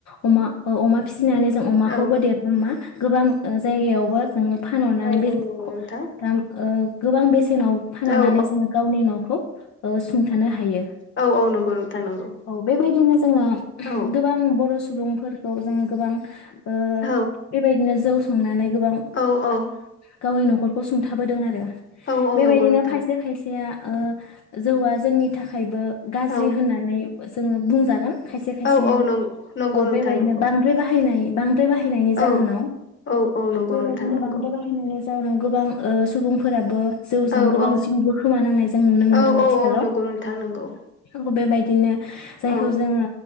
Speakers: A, on the left; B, on the left.
A: अमा अ अमा फिसि फिसिनानै जों अमाखौबो
B: औ
A: देरबा मा गोबां ओ जायगायावबो जोङो फानहरनानै
B: औ
A: बेदरखौ
B: औ नंगौ नोंथां
A: दाम ओ गोबां बेसे सेनाव फानहरनानै
B: औ
A: जोङो गावनि नखौ ओ सुं थानो हायो
B: औ औ नंगौ नोंथां नंगौ
A: औ बेबायदिनो जोङो
B: औ
A: गोबां बर' सुबुं फोरखौ जोङो गोबां ओ
B: औ
A: बेबायदिनो जौ संनानै गोबां
B: औ औ
A: गावनि नखर नखरखौ सुंथाबोदों आरो
B: औ औ
A: बेबायदिनो
B: नंगौ नोंथां
A: खायसे खायसेया ओ जौआ जोंनि थाखायबो गाज्रि
B: औ
A: होननानै जोङो बुंजागोन खायसे खायसे
B: औ औ नंगौ
A: औ
B: नोंथां
A: बेबायदिनो
B: नंगौ
A: बांद्राय बाहायनाय बां द्राय बाहायनायनि
B: औ
A: जाहोनाव
B: औ औ नंगौ
A: बेबायदिनो
B: नोंथां नंगौ
A: बांद्राय बाहायनायनि टाउनाव गोबां ओ सुबुंफोरा जौजों
B: औ
A: गोबां
B: औ
A: जिउबो खोमा नांनाय जों नुनो मोनदों
B: औ औ
A: आथिखालाव
B: औ नंगौ नोंथां नंगौ
A: आं बेबायदि बिनो जायखौ
B: औ
A: जोङो